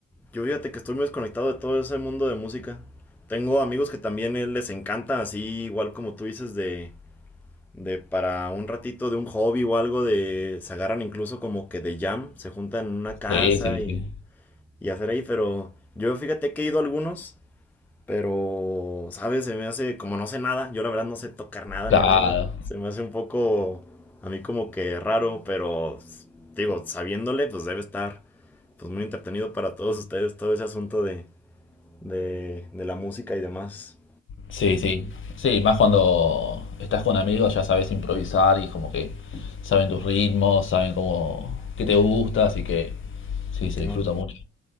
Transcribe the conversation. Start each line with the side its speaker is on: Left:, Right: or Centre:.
Centre: yo fíjate que estoy muy desconectado de todo ese mundo de música. Tengo amigos que también eh, les encanta, así igual como tú dices, de, de para un ratito de un hobby o algo, de se agarran incluso como que de jam, se juntan en una casa
Left: sí, sí,
Centre: y,
Left: sí.
Centre: y hacer ahí, pero yo fíjate que he ido a algunos Pero, ¿sabes? Se me hace, como no sé nada, yo la verdad no sé tocar nada
Left: Claro.
Centre: ni nada, se me hace un poco, a mí como que raro, pero s- digo, sabiéndole, pues debe estar pues muy entretenido para todos ustedes todo ese asunto de, de, de la música y demás.
Left: Sí, sí. Sí, más cuando estás con amigos ya sabes improvisar y como que saben tus ritmos, saben cómo, qué te gusta, así que sí, se
Centre: Mm,
Left: disfruta mucho.